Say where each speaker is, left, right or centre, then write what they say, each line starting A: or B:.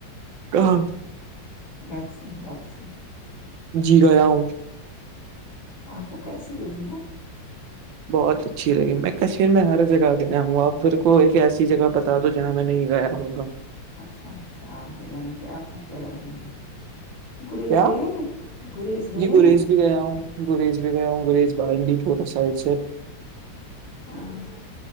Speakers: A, on the right; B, on the left.
A: ہ
B: دیکس دیکس
A: جی گیا ہوں
B: آپ کو کیسی لگی وہ
A: بہت اچھی لگی میں کشمیر میں ہر جگہ گیا ہوں آپ بھر کو ایک ایسی جگہ بتا تو جہاں میں نہیں گیا رہوں گا
B: اچھا اچھا یعنی کہ آپ ہر جگہ گے ہیں گریز
A: کیا
B: گئے گریز گئے
A: جی گریز بھی گیا ہوں گریج بھی گیا ہوں گریج بارڈی پور سائڈ سے
B: ہاں